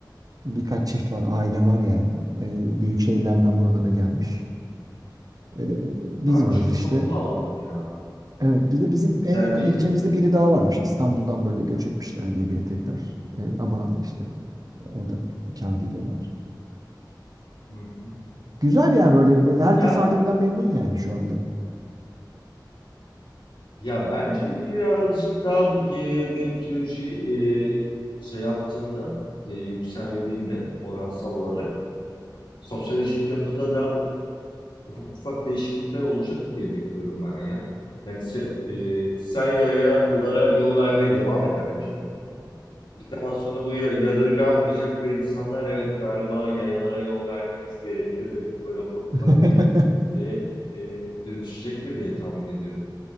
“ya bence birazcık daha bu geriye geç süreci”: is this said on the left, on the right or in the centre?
Left